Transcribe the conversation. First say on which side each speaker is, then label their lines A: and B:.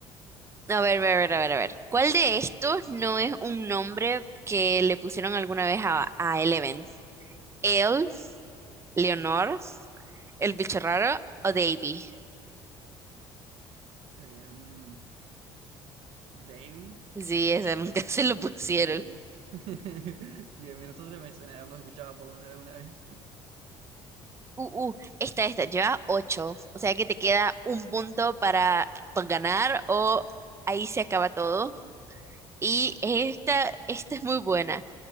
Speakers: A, on the right (about 25°); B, on the right (about 70°).
A: A ver, a ver, a ver, a ver. ¿Cuál de estos no es un nombre que le pusieron alguna vez a, a Eleven? El, Leonor, el bicho raro o Davy?
B: Eh, mm, Davey.
A: Sí, ese nunca <laughs> se lo pusieron.
B: Bien, bien, <laughs> bien. Bien, bien, nosotros me suena haberlos escuchado por lo menos alguna vez.
A: Uh, uh, esta, esta, lleva ocho. O sea que te queda un punto para, para ganar o ahí se acaba todo. Y esta, esta es muy buena.